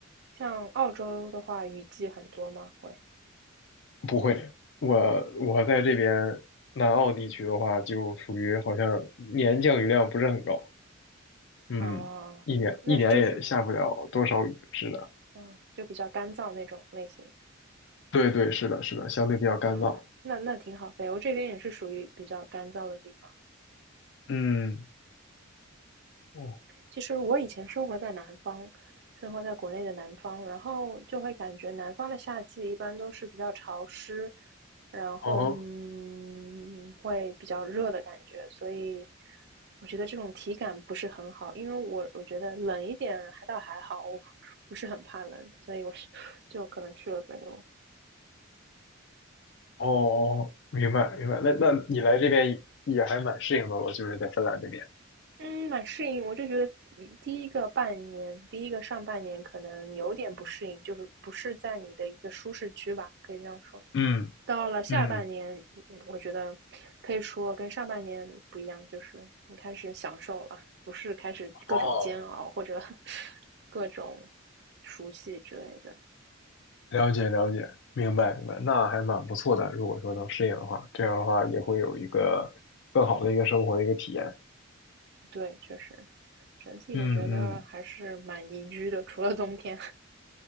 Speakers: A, on the right (about 55°); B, on the left (about 60°).
A: 像澳洲的话，雨季很多吗？会
B: 不会，我我在这边南澳地区的话，就属于好像年降雨量不是很高，嗯，
A: 啊，
B: 一年一年也下不了多少雨，
A: 那就是，
B: 是的，
A: 嗯，就比较干燥那种类型
B: 对对，是的，是的，相对比较干燥，
A: 啊，那那挺好。北欧这边也是属于比较干燥的地方。
B: 嗯，哦，
A: 其实我以前生活在南方，生活在国内的南方，然后就会感觉南方的夏季一般都是比较潮湿，然后嗯会比较热的感觉，
B: 哦，
A: 所以我觉得这种体感不是很好，因为我我觉得冷一点还倒还好，我 <laughs> 不是很怕冷，所以我是 <laughs> 就可能去了北欧。
B: 哦，哦，明白明白，那那你来这边也还蛮适应的了，就是在芬兰这边，
A: 嗯，蛮适应。我就觉得一第一个半年，第一个上半年可能有点不适应，就是不是在你的一个舒适区吧，可以这样说。
B: 嗯
A: 到了下半年，
B: 嗯，
A: 嗯我觉得可以说跟上半年不一样，就是你开始享受了，不是开始各种煎熬或者
B: 哦，
A: <laughs> 各种熟悉之类的。
B: 了解了解，明白明白，那还蛮不错的，如果说能适应的话，这样的话也会有一个更好的一个生活的一个体验。
A: 对，确实，整体我觉得还是蛮宜居的，
B: 嗯嗯，
A: 除了冬天。